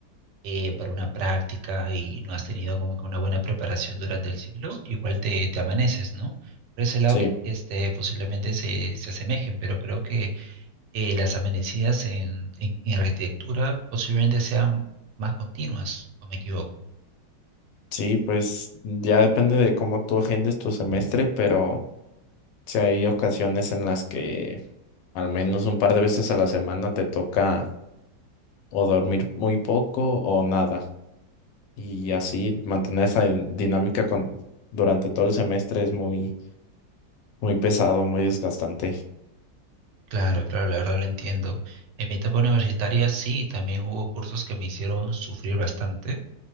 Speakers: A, on the right; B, on the left.
A: eh, para una práctica y no has tenido como que una buena preparación durante el ciclo, igual te, te amaneces, ¿no? Por ese lado,
B: Sí,
A: este, posiblemente se, se asemejen, pero creo que eh, las amenidades en, en- en arquitectura posiblemente sean más continuas, o me equivoco.
B: sí, pues ya depende de cómo tú agendes tu semestre, pero... Si hay ocasiones en las que al menos un par de veces a la semana te toca o dormir muy poco o nada. Y así mantener esa din- dinámica con, durante todo el semestre es muy, muy pesado, muy desgastante.
A: Claro, claro, la verdad lo entiendo. En mi etapa universitaria sí, también hubo cursos que me hicieron sufrir bastante,